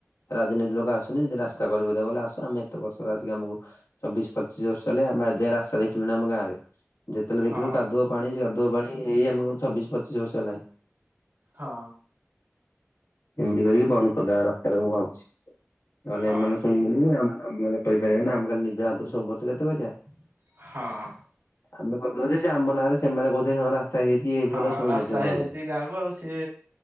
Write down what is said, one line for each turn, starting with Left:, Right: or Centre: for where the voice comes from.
Left: ରାଜନୀତି ଲୋକ ଆସନି ଯଦି ରାସ୍ତା କରିବେ ଦେବେ ବଲେ ଆସ ଆମେ ଏତେ ବର୍ଷର ଆସିକି ଆମକୁ ଚବିଶ ପଚିଶ ବର୍ଷ ହେଲେ ଆମେ ଏଯାଏଁ ରାସ୍ତା ଦେଖିଲୁଣି ଆମ ଗାଁରେ ଯେତେବେଳେ
Right: ହଁ
Left: ଦେଖିଲୁ କାଦୁଅ ପାଣି କାଦୁଅ ପାଣି ଏଇ ଆମକୁ ଛବିଶ୍ ପଚିସ୍ ବର୍ଷ ହେଲାଣି।
Right: ହଁ।
Left: ଏମିତି କରିବି ବନ୍ଦ କରିଦେବା ରାସ୍ତାରେ ମୁଁ ଭାବୁଛି। ନହଲେ
Right: ହଁ
Left: ଏମାନେ ଶୁଣିବେନି କି ଆମେ କହିପାରିବେନି ନା ଆମେ ଖାଲି ନିଜ ହାତରୁ ସବୁ ବର୍ଷ କେତେ କରିବା।
Right: ହଁ।
Left: ଆମେ କରିଦଉଛ ସେ ଆମ ନାଁରେ ସେମାନେ କଉଛନ୍ତି ହଁ ରାସ୍ତା ହେଇଯାଇଛି। ଇଏ ହେଇଛି
Right: ହଁ
Left: ବୋଲି ଆଉ ଶୁଣୁନଥିବେ
Right: ରାସ୍ତା ହେଇଯାଇଛି
Left: ନହେଲେ।
Right: ଗାଁକୁ ଆଉ ସିଏ